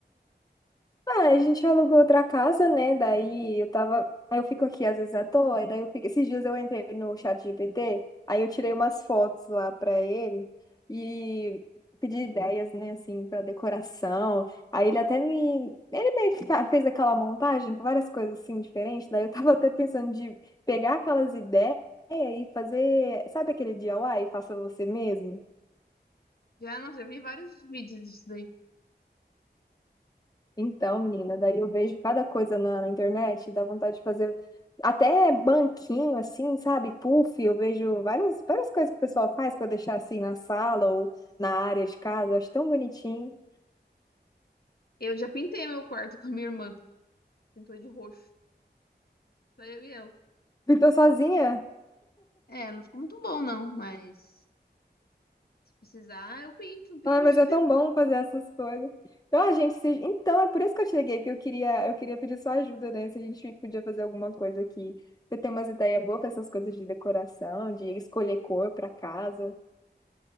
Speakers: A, on the left; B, on the left.
A: Ah, a gente alugou outra casa, né? Daí eu tava. Aí eu fico aqui às vezes à toa, e daí eu fico. Esses dias eu entrei no chat GPT, aí eu tirei umas fotos lá pra ele e pedi ideias, né, assim, pra decoração. Aí ele até me. Ele meio que fa- fez aquela montagem com várias coisas assim diferentes. Daí eu tava até pensando de pegar aquelas ideias e fazer. Sabe aquele DIY? Faça você mesmo?
B: Já, nossa, já vi vários vídeos disso daí.
A: Então, menina, daí eu vejo cada coisa na, na internet, dá vontade de fazer até banquinho, assim, sabe? Puff, eu vejo várias, várias coisas que o pessoal faz para deixar assim na sala ou na área de casa, acho tão bonitinho.
B: Eu já pintei meu quarto com a minha irmã, pintou de roxo. Daí eu e eu
A: E tô sozinha?
B: É, não ficou muito bom não, mas se precisar eu pinto, não tem
A: Ah,
B: problema.
A: mas é
B: <laughs>
A: tão bom fazer essas coisas. Então, a gente se... Então, é por isso que eu te liguei, porque eu queria, eu queria pedir sua ajuda, né? Se a gente podia fazer alguma coisa aqui. Você tem umas ideias boas para essas coisas de decoração, de escolher cor para casa.